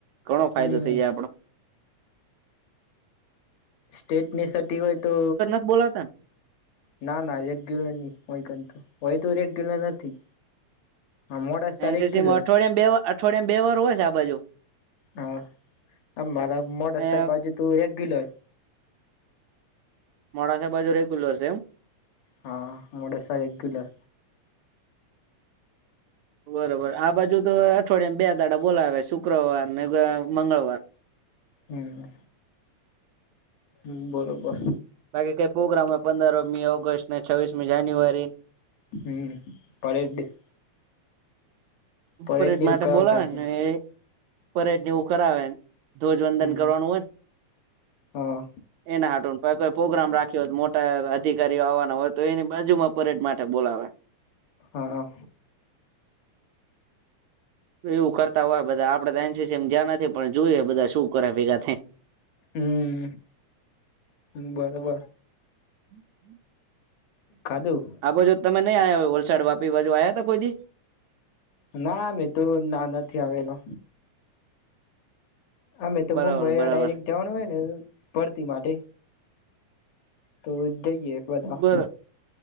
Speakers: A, on the right; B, on the left.
A: ઘણો ફાયદો
B: હમ
A: થઇ જાય આપણો.
B: સ્ટેટ ની સતી હોય તો
A: બોલ હતાન.
B: ના ના એક ગિલો નહી હોય કતું હોય તો એક ગિલો નથી. હા મોડાસા
A: એન
B: રેગ્યુલર
A: સી સી માં અઠવાડિયા બે વાર અઠવાડિયામ બે વાર હોય છે આ બાજુ?
B: હા, મારા મોડાસા
A: અ
B: બાજુ તો રેગ્યુલર.
A: મોડાસા બાજુ રેગ્યુલર છે એમ?
B: હા મોડાસા રેગ્યુલર.
A: બરોબર આ બાજુ તો અઠવાડિયામાં બે દાડા બોલાવે શુક્રવાર ને મંગળવાર.
B: હમ્મ. હમ્મ, બરોબર.
A: બાકી કઈ પ્રોગ્રામ હો પંદરમી ઓગસ્ટ ને છવીસમી જાન્યુઆરી.
B: હમ્મ, પરેડ ડે.
A: ઉપરટ
B: પરેડ ને
A: માટે
B: એવું કરાવતા
A: બોલાવે
B: હશે
A: ને એ પરેડ જેવું કરાવે ધ્વજવંદન
B: હમ
A: કરવાનું હોય.
B: હા
A: એના હાડ કોઈ પ્રોગ્રામ રાખ્યો હો મોટા અધિકારીઓ આવવાના હોય તો એની બાજુમાં પરેડ માટે બોલાવે
B: હા હા.
A: એવું કરતા હોય બધા આપડે તો એમ જ્યાં નથી પણ જોયું બધા શું કરે ભેગા થાય.
B: હમ્મ, બરોબર.
A: હમ હ
B: કાદવ.
A: આ બાજુ તમે નહી આવ્યા વલસાડ વાપી બાજુ આવ્યા હતા કોઈ દી.
B: ના મેં તો ના નથી આવેલો અમે તો
A: બરાબર
B: મુંબઈ
A: બરાબર
B: ડાયરેક્ટ જવાનું હોય ને ભરતી માટે તો જઈએ બધા
A: બર